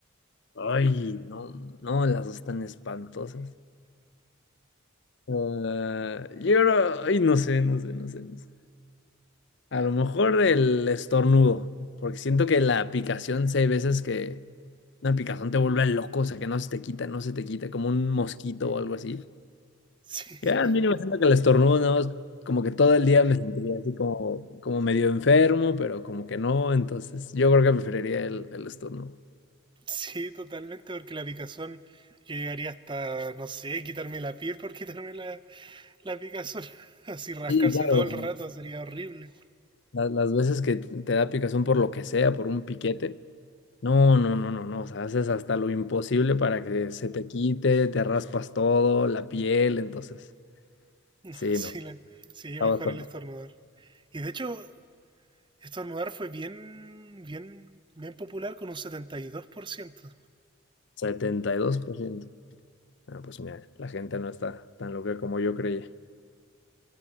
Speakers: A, on the left; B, on the right.
A: Ay, no, no, las dos están espantosas. Ah, yo, no- ay, no sé, no sé, no sé, no sé. A lo mejor el estornudo, porque siento que la picación, sí hay veces que una picazón te vuelve loco, o sea, que no se te quita, no se te quita, como un mosquito o algo así.
B: Sí,
A: Ya, a mí me siento que el estornudo, no, es como que todo el día me sentiría así como, como medio enfermo, pero como que no, entonces yo creo que preferiría el, el estornudo.
B: sí, totalmente, porque la picazón, yo llegaría hasta, no sé, quitarme la piel por quitarme la, la picazón. <laughs> Así rascarse
A: Sí, claro,
B: todo el
A: o sea,
B: rato sería horrible.
A: la- las veces que te da picazón por lo que sea, por un piquete. No, no, no, no, no. O sea, haces hasta lo imposible para que se te quite, te raspas todo, la piel, entonces.
B: <laughs>
A: Sí,
B: Sí,
A: no,
B: la, sí,
A: está
B: mejor
A: bastante.
B: el estornudar. Y de hecho, Estornudar fue bien, bien, bien popular con un 72%.
A: 72%. Ah, pues mira, la gente no está tan loca como yo creía.